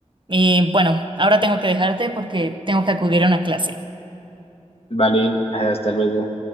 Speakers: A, on the right; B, on the left.
A: Y bueno, ahora tengo que dejarte porque tengo que acudir a una clase.
B: Vale, hasta luego.